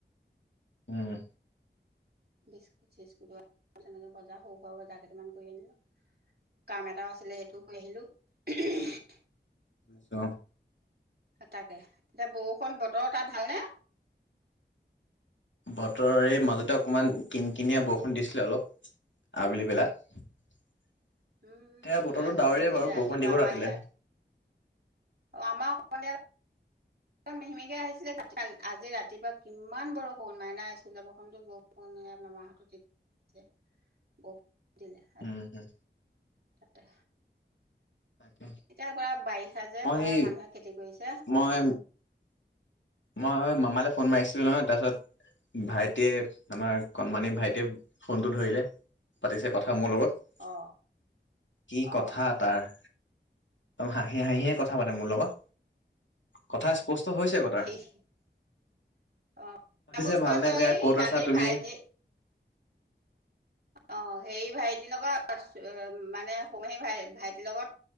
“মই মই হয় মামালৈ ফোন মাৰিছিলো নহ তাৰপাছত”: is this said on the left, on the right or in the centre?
Left